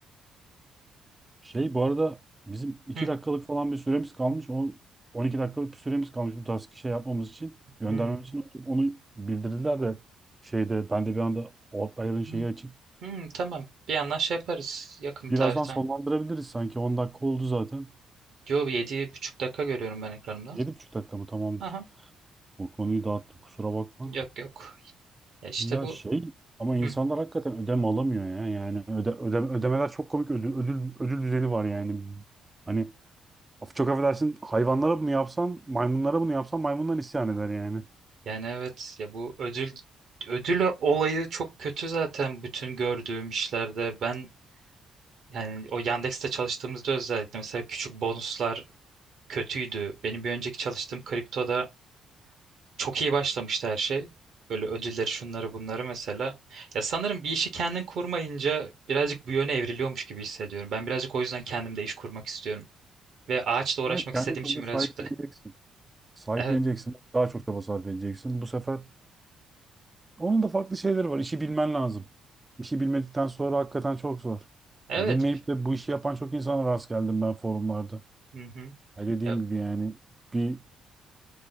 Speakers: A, on the right; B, on the right.
A: Şey bu arada bizim iki
B: Hı,
A: dakikalık falan bir süremiz kalmış. O 12 dakikalık bir süremiz kalmış bu tarz şey yapmamız için. Göndermemiz
B: hı,
A: için onu bildirdiler de şeyde ben de bir anda Outlier'ın şeyi
B: hı,
A: açık.
B: hı, tamam. Bir yandan şey yaparız yakın bir
A: Birazdan
B: tarihten.
A: sonlandırabiliriz sanki. on dakika oldu zaten.
B: Yo yedi buçuk dakika görüyorum ben ekranımda.
A: Yedi buçuk dakika mı tamamdır.
B: Aha
A: Bu konuyu dağıttım kusura bakma.
B: yok yok. Ya işte
A: Ya
B: bu.
A: şey ama insanlar
B: Hı.
A: hakikaten ödeme alamıyor ya. Yani öde, öde, ödemeler çok komik ödül, ödül, ödül düzeni var yani. Hani af- çok affedersin hayvanlara bunu yapsan maymunlara bunu yapsan maymundan isyan eder yani.
B: Yani evet ya bu ödül ödül olayı çok kötü zaten bütün gördüğüm işlerde. Ben Yani o Yandex'te çalıştığımızda özellikle mesela küçük bonuslar kötüydü. Benim bir önceki çalıştığım kriptoda çok iyi başlamıştı her şey. Böyle ödülleri şunları bunları mesela. Ya sanırım bir işi kendin kurmayınca birazcık bu yöne evriliyormuş gibi hissediyorum. Ben birazcık o yüzden kendim de iş kurmak istiyorum. Ve ağaçla uğraşmak
A: Evet kendi
B: istediğim
A: kendine
B: için
A: sahipleneceksin.
B: birazcık da. <laughs>
A: Sahipleneceksin.
B: Evet.
A: Daha çok çaba sarf edeceksin. Bu sefer onun da farklı şeyleri var. İşi bilmen lazım. İşi bilmedikten sonra hakikaten çok zor.
B: Evet.
A: Yani bilmeyip de bu işi yapan çok insana rast geldim ben forumlarda.
B: Hı hı.
A: Ya dediğim
B: Ya,
A: gibi yani bir